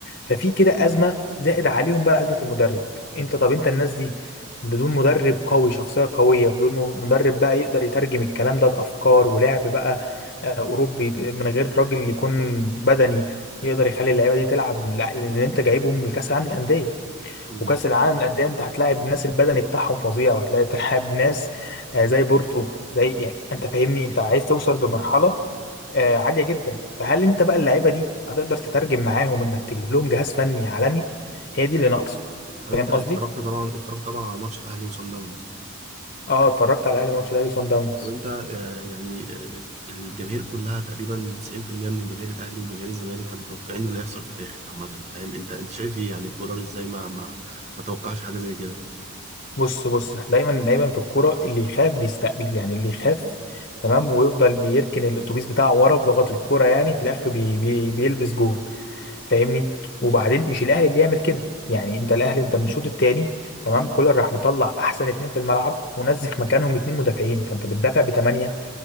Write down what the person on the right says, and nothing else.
مم.
مم.
طب
انت اتفرجت
طبعا اتفرجت طبعا على ماتش الاهلي وصن داونز
طب انت آه، يعني آه، الجماهير كلها تقريبا 90% من الجماهير الاهلي وجماهير الزمالك كانوا متوقعين اللي هيحصل في الاخر عامه فاهم انت انت شايف ايه يعني كولر ازاي ما ما ما توقعش حاجه زي كده
مم.
صح